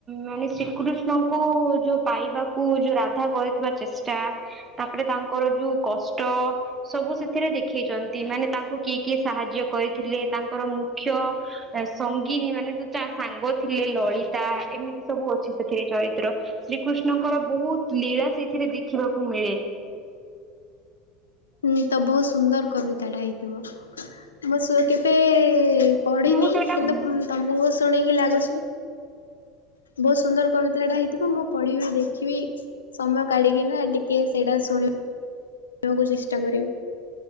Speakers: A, on the right; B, on the left.
A: ମାନେ ଶ୍ରୀକୃଷ୍ଣଙ୍କୁ ଯଉ ପାଇବା କୁ। କୁ ଯୋଉ ରାଧା କରିଥିବା ଚେଷ୍ଟା। ତାପରେ ତାଙ୍କର ଯୋଉ କଷ୍ଟ ସବୁ ସେଥିରେ ଦେଖେଇଛନ୍ତି ମାନେ ତାଙ୍କୁ କିଏ। କିଏ ସାହାଯ୍ୟ କରିଥିଲେ ତାଙ୍କର ମୁଖ୍ୟ। ସଙ୍ଗିନୀ ମାନେ ତ, ତା ସାଙ୍ଗ ଥିଲେ ଲଳିତା ଏମିତି ସବୁ ଅଛି ସେଥିରେ ଚରିତ୍ର। ଶ୍ରୀକୃଷ୍ଣଙ୍କର ବହୁତ ଲୀଳା ସେଇଥିରେ ଦେଖିବାକୁ ମିଳେ।
B: ହୁଁ, ତ ବହୁତ ସୁନ୍ଦର କବିତାଟା ହେଇଥିବ। ମୁଁ କେବେ। ପଢିନି
A: ମୁଁ ସେଇଟା
B: କିନ୍ତୁ ତମଠୁଶୁଣିକି ଲାଗୁଛି। ବହୁତ ସୁନ୍ଦର କବିତା ଟା ହେଇଥିବ। ମୁଁ ପଢିବି ଦେଖିବି। ସମୟ କାଢିକିନା ଟିକେ ସେଇଟା ଶୁଣିବାକୁ ଚେଷ୍ଟା କରିବି।